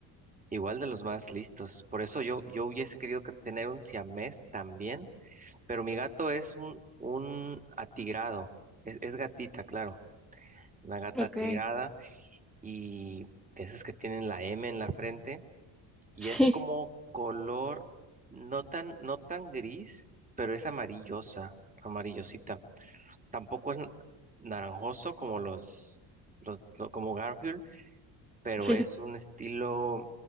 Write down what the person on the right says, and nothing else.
igual de los más listos. Por eso yo, yo hubiese querido que tener un siamés también, Pero mi gato es un, un atigrado. Es, es gatita, claro. Una gata
atigrada
y de esas que tienen la M en la frente. Y es
como color no tan, no tan gris, pero es amarillosa, amarillosita. Tampoco es n- naranjoso como los, los, lo- como Garfield, pero
es un estilo